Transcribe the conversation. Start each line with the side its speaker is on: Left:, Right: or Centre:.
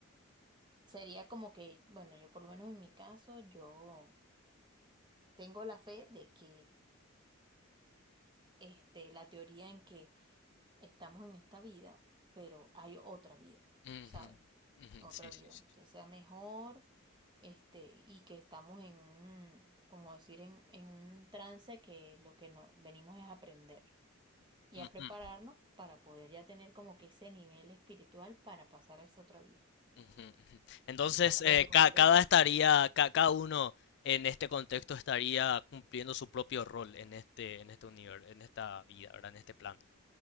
Right: sería como que, bueno, yo por lo menos en mi caso, yo tengo la fe de que este, la teoría en que estamos en esta vida, pero hay otra vida,
Left: Ujú,
Right: ¿sabes?
Left: ujú,
Right: Otra
Left: Sí,
Right: vida,
Left: sí, sí.
Right: ya sea mejor, este, y que estamos en un, como decir, en, en un trance que lo que nos venimos es a aprender y
Left: Ujú,
Right: a prepararnos para poder ya tener como que ese nivel espiritual para pasar a esa otra vida,
Left: ujú, ujú. Entonces,
Right: ya sea
Left: eh,
Right: con
Left: ca- cada
Right: Dios.
Left: estaría, ca- cada uno en este contexto estaría cumpliendo su propio rol en este, en este universo, en esta vida, ¿verdad? En este plano.